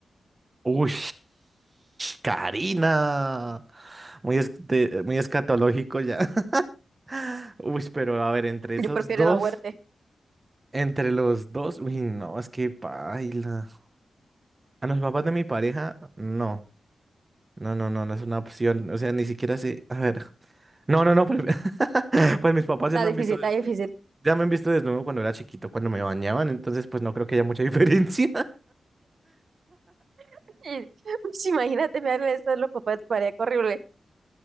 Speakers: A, on the right; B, on the right.
A: Uy, Karina. Muy, es- de- muy escatológico ya. <laughs> Uy, pero a ver, entre
B: Yo
A: esos
B: prefiero
A: dos,
B: la muerte.
A: entre los dos, uy, no, es que paila. A los papás de mi pareja, no. No, no, no, no es una opción. O sea, ni siquiera sé. A ver. No, no, no. Pues, <laughs> pues mis papás ya
B: Está
A: me
B: difícil,
A: han visto,
B: está
A: des-
B: difícil.
A: ya me han visto desnudo cuando era chiquito, cuando me bañaban, entonces pues no creo que haya mucha <laughs> diferencia.
B: <laughs> Ush, Imagínate enviarle eso a los papás de tu pareja. qué Horrible,